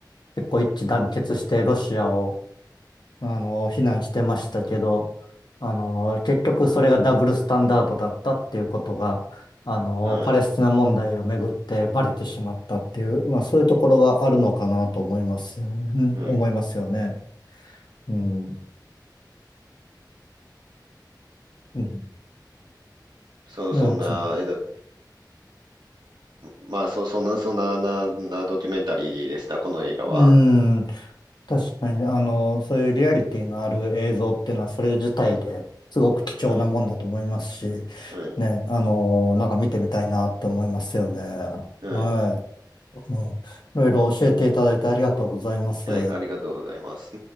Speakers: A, on the left; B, on the right.
A: 結構一致団結してロシアをあの、非難してましたけど、あの、結局それがダブルスタンダードだったっていうことが、あの、
B: はい、
A: パレスチナ問題をめぐってバレてしまったっていう、まあそういうところがあるのかなと思いますよね。うん思いますよね。
B: うん、
A: うん。うん。
B: そ、
A: うん。
B: そんな、
A: そう
B: えっと、まあ、そ、そんな、そんな、な、なドキュメンタリーでした、この映画は。
A: うん確かに、あの、そういうリアリティのある映像っていうのは、それ自体ですごく貴重なもんだと思いますし、
B: はい、はい、
A: ね、あの、なんか見てみたいなって思いますよね。
B: はい、
A: はい。ういろいろ教えていただいてありがとうございます。
B: はい、ありがとうございます。